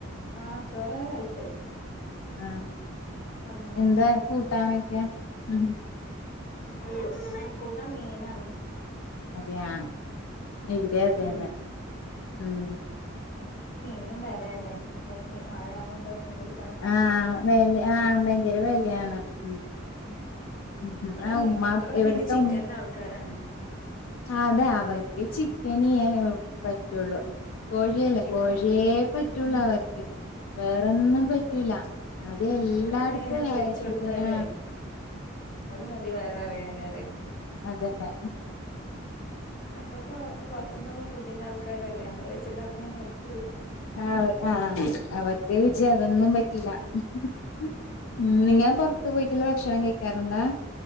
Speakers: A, on the left (about 40°); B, on the left (about 80°).
A: ആഹ് ചോറെ കഴിച്ചു
B: ആഹ്
A: വന്ന്ക്ക്ണ്
B: എന്താ കൂട്ടാനൊക്കെ ഉം
A: ക, കൂട്ടൻ, മീൻ, ആണ്.
B: അതെയാ ഇവിടെേതന്നെ
A: ഉം
B: ഉം
A: ന്നും വെലയല്ലേ <unintelligible> മഴ ആവോണ്ട് മീൻ പിടി
B: ആഹ് വെല ആഹ് ഭയങ്കര വെലയാണ് ഉം
A: ഉം
B: ഉം
A: ഇവിടെ
B: ആഹ് ഉമ്മ
A: മക്കളൊക്കെ
B: ഇവട്ത്തെ
A: ഇനി ചിക്കന്റെ
B: ഉ
A: ആൾക്കാരാണ്
B: അതെ അവർക്ക് ചിക്കനേ പറ്റുള്ളു കോഴിയല്ല
A: ഉം ചിക്കൻ
B: കോഴിയേ പറ്റുള്ള
A: ഉം
B: അവർക്ക് വേറൊന്നും പറ്റൂല അത്
A: ഉം
B: എല്ലായിടത്തും
A: അത് ഇങ്ങനെ പൊരിച്ച
B: ആ,
A: കൊടുത്താലേ
B: ഇത് ആഹ്
A: അത് മതിവ- നെറയാനേറെ
B: അതന്ന്
A: അക്കപ്പൊ പുറത്തുന്നുള്ള ഫുഡിന്റെ ആൾക്ക ആക്കാരല്ലേ നമ്മള് വെച്ചുണ്ടാക്കുന്നൊന്നുമവര്-
B: ആ ആ അവർക്ക് രുജിയ അതൊന്നും പറ്റില്ല ഉ
A: ഉം ഉം
B: നിങ്ങ പൊറത്ത് പോയിട്ടുള്ള ഭക്ഷണം കഴിക്കാറുണ്ടാ